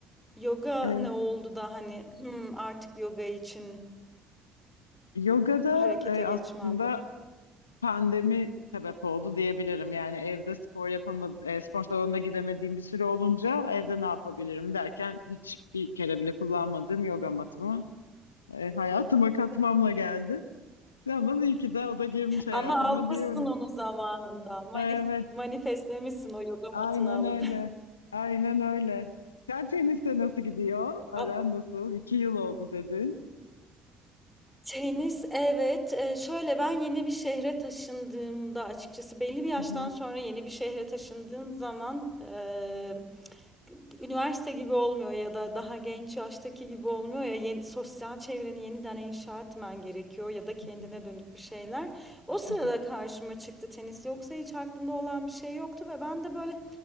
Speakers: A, in the centre; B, on the left.
A: Yoga
B: Ee,
A: ne oldu da hani "Hmm, artık yoga için
B: yogada
A: harekete
B: e,
A: geçmem
B: aslında
A: dedi.
B: pandemi sebep oldu diyebilirim. Yani evde spor yapamadım, spor salonuna gidemediğim bir süre olunca evde ne yapabilirim derken hiçbir kere bile kullanmadığım yoga matımı e, hayatıma katmamla geldi. Ama iyi ki de o da girmiş hayatıma
A: Ama almışsın
B: diyorum.
A: onu zamanında. Manif
B: Evet.
A: manifestlemişsin o yoga
B: Aynen
A: matını alıp.
B: öyle. Aynen öyle. Sen teniste nasıl gidiyor? Aran
A: <laughs>
B: nasıl? İki yıl oldu dedin.
A: Tenis, evet. Eee, şöyle, ben yeni bir şehre taşındığımda açıkçası belli bir yaştan
B: Hı hı,
A: sonra yeni bir şehre taşındığın zaman eee, üniversite gibi olmuyor ya da daha genç yaştaki gibi olmuyor ya yeni, sosyal çevreni yeniden inşa etmen gerekiyor ya da kendine
B: hı
A: dönük bir şeyler. O sırada
B: hı,
A: karşıma çıktı tenis. Yoksa hiç aklımda olan bir şey yoktu ve ben de böyle